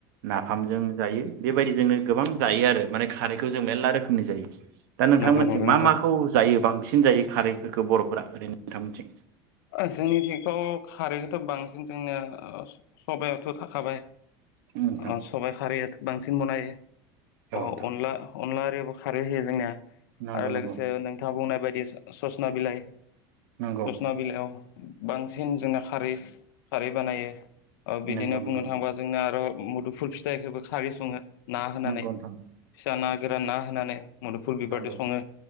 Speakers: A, on the right; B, on the left.
A: नाफामजों जायो बेबायदिजोंनो गोबां जायो आरो माने खारैखौ जों मेरला रोखोमनि जायो दा नोंथांमोनथिं
B: नंगौ नंगौ
A: मा
B: नोंथां
A: माखौ जायो बांसिन जायो खारैफोरखौ बर'फोरा ओरैनो नोंथांमोनथिं
B: जोंनिथिंथ' खारैखौथ' बांसिन जोंनिया सबायावथ' थाखाबाय अ
A: उम नोंथां
B: सबबाय खारैयाथ' बांसिन बनायो
A: औ
B: अ
A: नोंथां
B: अनला अनला आरो बेखौ खारै होयो जोङो
A: नंगौ
B: आरो
A: नंगौ
B: लोगोसे नोंथाङा बुंनाय बायदि बायदि सजना बिलाइ
A: नंगौ
B: सुसना बि लाव बांसिन जोंना खारै खारै बानायो
A: नंगौ
B: बिदिनो बुंनो
A: नंगौ
B: थाङोबा जोंनो आरो मुदुफुल फिथाइखौबो खारै सङो ना होनानै
A: नंगौ नोंथां
B: फिसा ना गोरान ना होनानै मुदुफुल बिबार
A: नंगौ
B: जों सङो